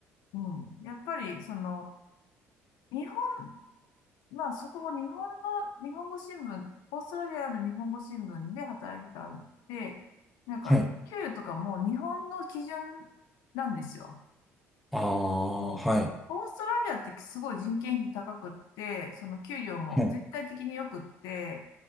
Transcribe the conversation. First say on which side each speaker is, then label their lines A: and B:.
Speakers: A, on the left; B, in the centre.
A: うん、やっぱり、その、日まあ、そこも日本の、日本語新聞、オーストラリアの日本語新聞で働いてたんで、なんか、
B: はい。
A: 給与とかも日本の基準なんですよ。
B: ああ、
A: もうオーストラリアってすごい人件費高くって、
B: はい。
A: その給料も全体的に良くって、
B: はい、